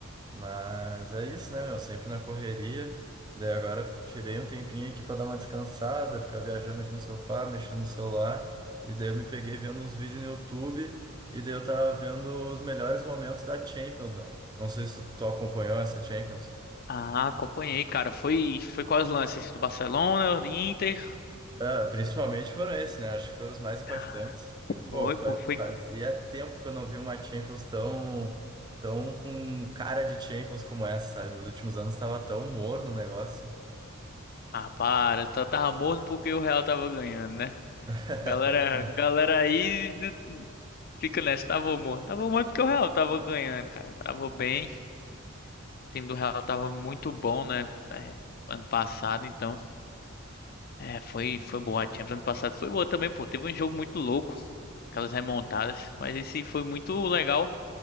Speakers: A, on the right; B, on the left.
A: Mas é isso, né, meu? Sempre na correria. Daí agora tirei um tempinho aqui pra dar uma descansada, ficar viajando aqui no sofá, mexendo no celular. E daí eu me peguei vendo uns vídeos no YouTube. E daí eu tava vendo os melhores momentos da Champions, meu. Não sei se tu, tu acompanhou essa Champions.
B: ah, acompanhei, cara. Foi, foi quais lances? Do Barcelona, do Inter?
A: Ah, principalmente foram esses, né? Acho que foram os mais impactantes.
B: Ah,
A: Tipo, pô,
B: foi, pô,
A: fa-
B: foi.
A: fazia tempo que eu não vi uma Champions tão, tão com cara de Champions como essa, sabe? Nos últimos anos tava tão morno o negócio.
B: Ah, para. Tá- Tava morno porque o Real tava ganhando, né?
A: <laughs>
B: Galera, galera aí. Fica nessa, tava bom, Tava morto porque o Real tava ganhando, cara. Tava bem. O time do Real tava muito bom, né? É, ano passado, então. É, foi, foi boa. A Champions ano passado foi boa também, pô. Teve um jogo muito louco. Aquelas remontadas. Mas esse foi muito legal.